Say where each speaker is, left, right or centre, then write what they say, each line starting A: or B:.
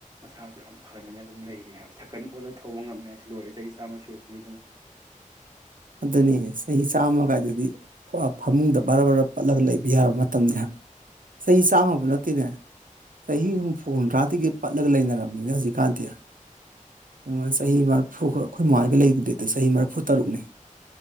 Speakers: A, on the right; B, on the right.
A: ꯃꯁꯥꯁꯨ ꯌꯥꯝ ꯐꯅꯥꯅꯦ ꯑꯗꯨꯝ ꯂꯩꯔꯤ ꯍꯥꯏꯕ ꯁꯥꯏꯀꯟ ꯑꯣꯠꯂꯒ ꯊꯧꯕ ꯉꯝꯃꯦ ꯍꯥꯏꯁꯦ ꯂꯣꯏꯔꯦ ꯆꯍꯤ ꯆꯥꯝꯃ ꯁꯨꯔꯤ ꯃꯤꯗꯨꯅ
B: ꯑꯗꯨꯅꯤꯅꯦ ꯆꯍꯤ ꯆꯥꯝꯃ ꯀꯥꯏꯗꯨꯗꯤ ꯐꯥꯃꯨꯡꯗ ꯕꯔꯥ ꯕꯔꯥ ꯄꯠꯂꯒ ꯂꯩꯕ ꯌꯥꯔꯕ ꯃꯇꯝꯅꯤ ꯍꯥꯏꯕ ꯆꯍꯤ ꯆꯥꯝꯃꯕꯨ ꯅꯠꯇꯦꯅꯦ ꯆꯍꯤ ꯍꯨꯝꯐꯨ ꯍꯨꯝꯗ꯭ꯔꯥꯗꯒꯤ ꯄꯠꯂꯒ ꯂꯩꯅꯔꯕꯅꯤꯅ ꯍꯧꯖꯤꯛꯀꯥꯟꯗꯤ ꯌꯦꯉꯣ ꯆꯍꯤ ꯃꯔꯐꯨꯒ ꯑꯩꯈꯣꯏ ꯃꯃꯥ ꯍꯣꯏꯒ ꯂꯩꯔꯒꯤꯗꯤꯗꯨ ꯆꯍꯤ ꯃꯔꯤꯐꯨ ꯇꯔꯨꯛꯅꯦ